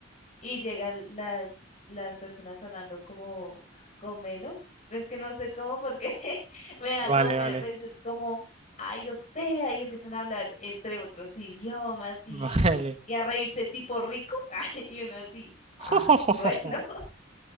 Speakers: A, on the left; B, on the right.
A: Y llegan las, las personas hablando como con Melo. Es que no sé cómo porque <laughs> me da
B: vale,
A: como pena,
B: vale,
A: pero es como, ay, o sea, y empiezan a hablar entre otros idiomas y,
B: <laughs> vale.
A: y a reírse tipo rico. <laughs> Y uno así,
B: <laughs>
A: ah, bueno, <laughs>